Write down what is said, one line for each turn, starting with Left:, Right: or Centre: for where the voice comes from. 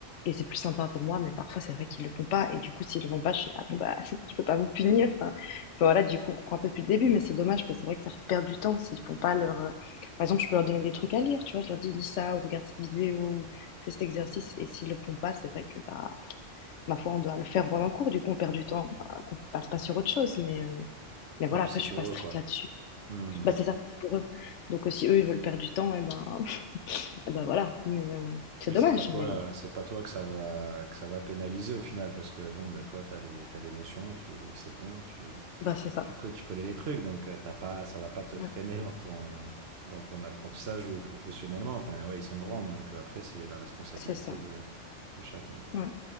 Left: et c'est plus sympa pour moi. Mais parfois, c'est vrai qu'ils le font pas. Et du coup, s'ils le font pas, je suis, ah bon, bah, <laughs> je peux pas vous punir. Enfin, enfin, voilà, du coup, on reprend un peu depuis le début, mais c'est dommage, parce que c'est vrai que ça fait perdre du temps s'ils font pas leur, euh, par exemple, je peux leur donner des trucs à lire, tu vois, je leur dis, lis ça, ou regarde cette vidéo, ou fais cet exercice. Et s'ils le font pas, c'est vrai que, bah, ma foi, on doit le faire pendant le cours, du coup, on perd du temps, euh, qu'on passe pas sur autre chose. Mais, euh, mais voilà,
Right: Et puis
Left: après,
Right: c'est
Left: je
Right: pour
Left: suis pas stricte
Right: eux, quoi.
Left: là-dessus.
Right: Hmm.
Left: Bah, c'est ça pour eux. Donc, euh, si eux, ils veulent perdre du temps, eh ben, <laughs> eh ben voilà. Mais euh, c'est
Right: Oui,
Left: dommage,
Right: c'est pas toi,
Left: mais
Right: euh, c'est pas toi que ça va que ça va pénaliser au final parce que bon bah toi t'as les t'as les notions, tu c'est bon, tu
Left: bah, c'est ça.
Right: tu co- tu connais les trucs donc euh, t'as pas ça va pas te
Left: Ouais,
Right: freiner dans ton dans ton apprentissage ou professionnellement. Enfin ouais, ils sont grands donc euh, après c'est la responsabilité
Left: c'est ça.
Right: de de chacun quoi.
Left: Ouais,